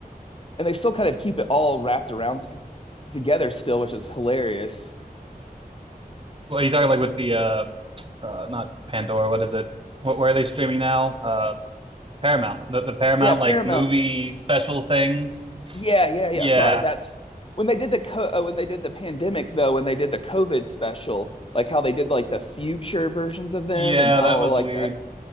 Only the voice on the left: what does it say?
and they still kind of keep it all wrapped around together still, which is hilarious.
And
yeah, Paramount.
Yeah, yeah, yeah.
Sorry, that's when they did the co- uh, when they did the pandemic though, when they did the COVID special, like how they did like the future versions of them
and how
like
the